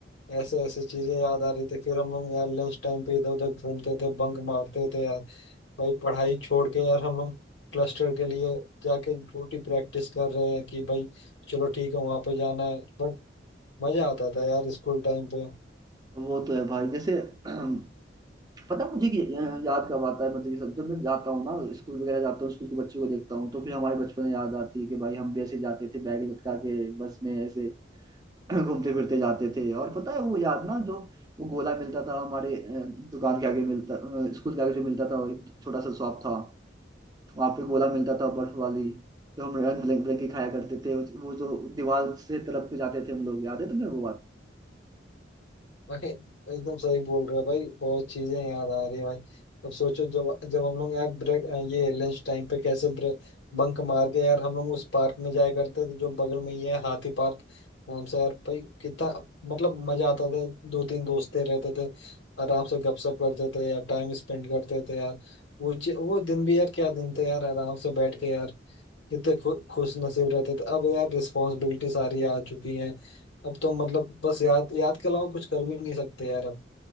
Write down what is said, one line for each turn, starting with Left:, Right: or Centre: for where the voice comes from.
Left: ऐसे ऐसे चीजें याद आ रही थी फिर हम लोग यार लंच टाइम पे इधर उधर घूमते थे बंक मारते थे यार भाई पढ़ाई छोड़ के यार हम हम क्लस्टर के लिए जाके झूठी प्रैक्टिस कर रहे हैं कि भाई चलो ठीक है वहां पे जाना है बट मजा आता था यार स्कूल टाइम पे
Right: वो तो है भाई जैसे <clears throat> पता है मुझे कि अ, याद कब आता है मतलब ये सब जब मैं जाता हूँ ना स्कूल वगैरह जाता हूँ स्कूल के बच्चों को देखता हूँ तो फिर हमारे बचपन में याद आती है कि भाई हम भी ऐसे जाते थे बैग लटका के बस में ऐसे <clears throat> घूमते फिरते जाते थे और पता है वो याद ना जो वो गोला मिलता था हमारे अ, दुकान के आगे मिलता अ, स्कूल के आगे जो मिलता था वो एक छोटा सा शॉप था वहाँ पे गोला मिलता था बर्फ वाली जो हम रंग बिरंगी खाया करते थे वो वो जो दीवार से तरफ के जाते थे हम लोग याद है तुम्हें वो बात
Left: भाई एकदम सही बोल रहे हो भाई बहुत चीजें याद आ रही है भाई अब सोचो जब जब हम लोग यार ब्रेक ये लंच टाइम पे कैसे ब्रेक बंक मार के यार हम लोग उस पार्क में जाया करते थे जो बगल में ही है हाथी पार्क नाम से यार भाई कितना मतलब मजा आता था दो तीन दोस्तें रहते थे आराम से गपशप करते थे यार टाइम स्पेंड करते थे यार वो चि- वो दिन भी यार क्या दिन थे यार आराम से बैठ के यार कितने खु, खुश नसीब रहते थे अब यार रिस्पॉन्सिबिलिटी सारी आ चुकी हैं अब तो मतलब बस याद याद के अलावा कुछ कर भी नहीं सकते यार अब